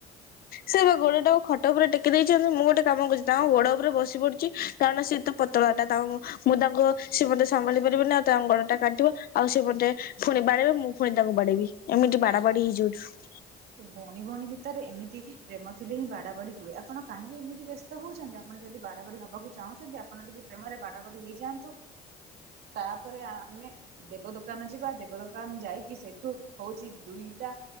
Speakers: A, on the left; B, on the right.
A: ସେ ବା ଗୋଡଟା ଖଟ ଉପରେ ଟେକି ଦେଇଛନ୍ତି ମୁଁ ଗୋଟେ କାମ କରୁଛି ତାଙ୍କ ଗୋଡ ଉପରେ ବସି ପଡୁଛି। କାରଣ ଶୀତ ପତଳା ଟା ତାଙ୍କୁ ମୁଁ ତାଙ୍କୁ ସେ ମତେ ସମ୍ଭାଳି ପାରିବିନି ଆଉ ତା ଅଙ୍ଗଣଟା କାଟିବ ଆଉ ସେ ମତେ ପୁଣି ବାଡିବ ମୁଁ ପୁଣି ତାଙ୍କୁ ବାଡେଇବି ଏମିତି ବାଡା ବାଡି ହେଇଯାଉଛୁ।
B: ଭଉଣୀ ଭଉଣୀ ଭିତରେ ଏମିତି ପ୍ରେମ ଥିଲେ ହିଁ ବାଡ ବାଡି ହୁଏ। ଆପଣ କାହିଁକି ଏମିତି ବ୍ୟସ୍ତ ହଉଛନ୍ତି ଆପଣ ଯଦି ବାଡ଼ବାଡ଼ି ହେବାକୁ ଚାହୁଁଛନ୍ତି ଆପଣ ଟିକେ ପ୍ରେମରେ ବାଡ଼ବାଡ଼ି ହେଇଯାଆନ୍ତୁ। ତାପରେ ଆମେ ଦେବ ଦୋକାନ ଯିବା ଦେବ ଦୋକାନ ଦ କ ଯାଇକି ସେଇଠୁ ହଉଛି ଦିଇଟା